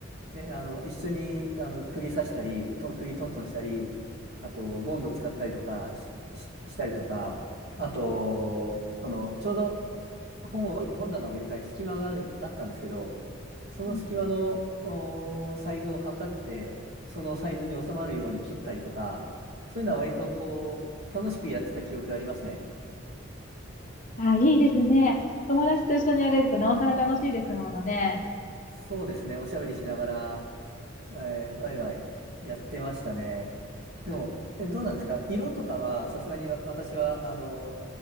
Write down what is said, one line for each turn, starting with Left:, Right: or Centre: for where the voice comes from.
Right: で、あの、一緒に、あの、釘刺したり、と、釘トントンしたり、あと、ボンド使ったりとかし、し、したりとか、あと、その、ちょうど本を、本棚を入れたり隙間がある、あったんですけど、その隙間の、
Left: うん
Right: おーサイズを測って、そのサイズに収まるように切ったりとか、そういうのは割とこう、楽しくやってた記憶がありますね。
Left: あ、いいですね。お友達と一緒にやれるとなおさら楽しいですものね。
Right: そうですね、おしゃべりしながら、えーワイワイやってましたね。でも、え、どうなんですか色とかは、さすがにわ私は、あの、